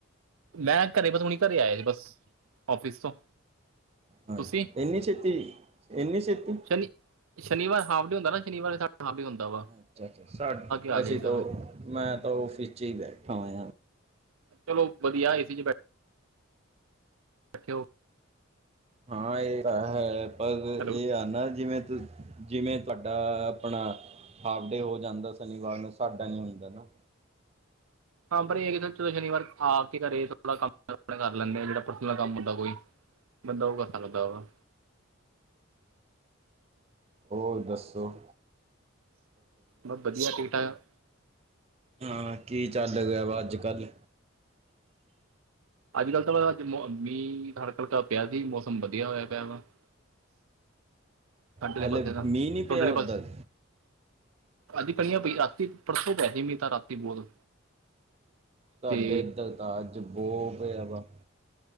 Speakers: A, on the right; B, on the right.
A: ਮੈਂ ਘਰੇ ਬਸ ਹੁਣੀ ਘਰੇ ਆਏ ਜੀ ਬਸ <inaudible> ਔਫਿਸ ਤੋਂ
B: ਹਾਂਜੀ,
A: ਤੁਸੀਂ
B: ਇੰਨੀ ਛੇਤੀ, ਇੰਨੀ ਛੇਤੀ।
A: ਸ਼ਨੀ ਸ਼ਨੀਵਾਰ ਹਾਫ ਡੇ ਹੁੰਦਾ ਨਾ ਸ਼ਨੀਵਾਰ ਸਾ ਹਾਫ ਡੇ ਹੁੰਦਾ ਵਾ।
B: ਅੱਛਾ-ਅੱਛਾ, ਸਾ
A: ਆ
B: ਅਸੀਂ
A: ਜਾਈਦਾ
B: ਤਾਂ
A: ਵਾ
B: ਮੈਂ ਤਾਂ ਔਫਿਸ 'ਚ ਹੀ ਬੈਠਾ ਹੋਇਆ ਹਾਂ।
A: ਚਲੋ ਵਧੀਆ, ਏ ਸੀ 'ਚ ਬੈਠੇ ਬੈਠੇ ਓ
B: ਹਾਂ, ਇਹ ਤਾਂ ਹੈ ਪਰ
A: ਹੈਲੋ
B: ਇਹ ਆ ਨਾ ਜਿਵੇਂ ਜਿਵੇਂ ਤੁਹਾਡਾ ਆਪਣਾ ਹਾਫ ਡੇ ਹੋ ਜਾਂਦਾ ਸ਼ਨੀਵਾਰ ਨੂੰ ਸਾਡਾ ਨੀ ਹੁੰਦਾ ਨਾ।
A: ਹਾਂ, ਪਰ ਇਹ ਸ਼ਨੀਵਾਰ ਆ ਕੇ ਘਰੇ ਥੋੜਾ ਕੰਮ ਕਰ ਲੈਂਦੇ ਆ ਜਿਹੜਾ ਪ੍ਰਸਨਲ ਕੰਮ ਹੁੰਦਾ ਕੋਈ ਬੰਦਾ ਉਹ ਕਰ ਸਕਦਾ ਵਾ।
B: <inaudible> ਹੋਰ ਦੱਸੋ?
A: ਬਸ ਵਧੀਆ, ਠੀਕ-ਠਾਕ।
B: ਹਾਂ, ਕੀ ਚੱਲ ਗਿਆ ਵਾ ਅੱਜ-ਕੱਲ੍ਹ
A: ਅੱਜ-ਕੱਲ੍ਹ ਤਾਂ ਬਸ ਅੱਜ ਮੀਂਹ ਹਲਕਾ-ਹਲਕਾ ਪਿਆ ਸੀ, ਮੌਸਮ ਵਧੀਆ ਹੋਇਆ ਪਿਆ ਵਾ। <inaudible> ਸਾਡੇ
B: ਹਲੇ
A: ਆਲੇ ਪਾਸੇ
B: ਮੀਂਹ
A: ਤਾਂ
B: ਨਹੀਂ ਪਿਆ
A: ਥੋਡੇ ਆਲੇ
B: ਉੱਧਰ
A: ਪਾਸੇ। <inaudible> ਅੱਜ ਕਣੀਆਂ ਪਈ, ਰਾਤੀ ਪਰਸੋਂ ਪਿਆ ਸੀ, ਮੀਂਹ ਤਾਂ ਰਾਤੀ ਬਹੁਤ
B: ਸਾਡੇ
A: ਤੇ
B: ਇੱਧਰ ਤਾਂ ਅੱਜ ਬਹੁ ਪਿਆ ਵਾ।